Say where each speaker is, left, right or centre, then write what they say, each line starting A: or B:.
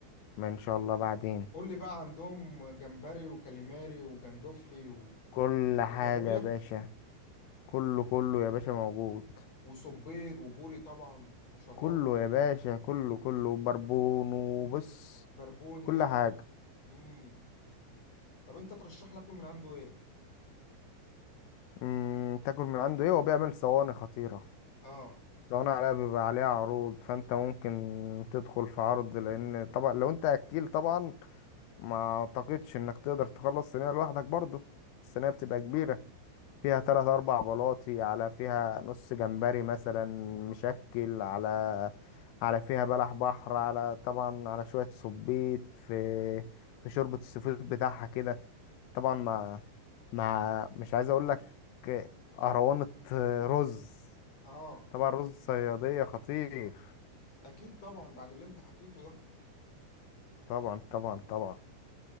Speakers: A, on the left; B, on the left.
A: ما ان شاء الله بعدين
B: قول لي بقى عندهم جمبري وكاليماري وجندوفلي و-
A: كل حاجة
B: وكابوريا
A: يا باشا كله كله يا باشا موجود
B: وصبيد وبوري طبعا وشبار
A: كله يا باشا كله كله بربون وبص
B: بربوني
A: كل
B: اه
A: حاجة
B: امم طب انت ترشح لك من عنده ايه
A: مم، تاكل من عنده ايه هو بيعمل صواني خطيرة
B: اه
A: صواني عليها بيبقى عليها عروض فانت ممكن تدخل في عرض لان طبعا لو انت اكيل طبعا ما اعتقدش انك تقدر تخلص صينية لوحدك برضو الصينية بتبقى كبيرة فيها تلات اربع بلاطي على فيها نص جمبري مثلا مشكل على على فيها بلح بحر على طبعا على شوية صبيط في في شوربة السفود بتاعها كده طبعا مع مع مش عايز اقول لك اهرونة رز
B: اه
A: طبعا رز الصيادية خطير
B: اكيد طبعا بعد اللي انت حكيته ده
A: طبعا طبعا طبعا